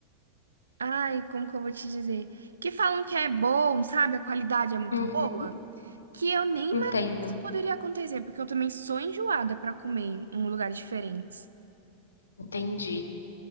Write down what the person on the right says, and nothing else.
Ai, como que eu vou te dizer? Que falam que é bom, sabe? A qualidade é muito
boa. Que eu nem imaginei
que isso poderia acontecer, porque eu também sou enjoada pra comer em lugares diferentes.